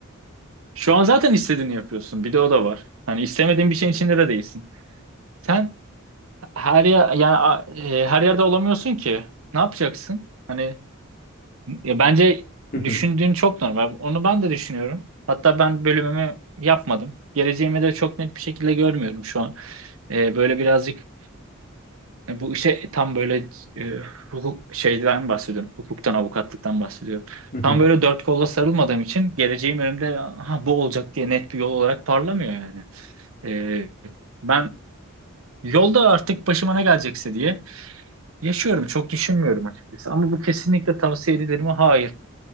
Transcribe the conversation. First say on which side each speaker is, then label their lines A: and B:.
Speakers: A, on the right; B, on the left.
A: Şu an zaten istediğini yapıyorsun. Bir de o da var. Hani istemediğin bir şeyin içinde de değilsin. Sen her yer yani a- e, her yerde olamıyorsun ki. Ne yapacaksın? Hani e, bence
B: <laughs> Hı hı,
A: düşündüğün çok normal. Onu ben de düşünüyorum. Hatta ben bölümümü yapmadım. Geleceğimi de çok net bir şekilde görmüyorum şu an. E, böyle birazcık e, bu işe tam böyle e, hukuk şeyden bahsediyorum. Hukuktan, avukatlıktan bahsediyorum.
B: hı hı,
A: Tam böyle dört kolla sarılmadığım için geleceğim önümde ha, bu olacak diye net bir yol olarak parlamıyor yani. Ee, ben yolda artık başıma ne gelecekse diye yaşıyorum. Çok düşünmüyorum açıkçası. Ama bu kesinlikle tavsiye edilir mi? Hayır.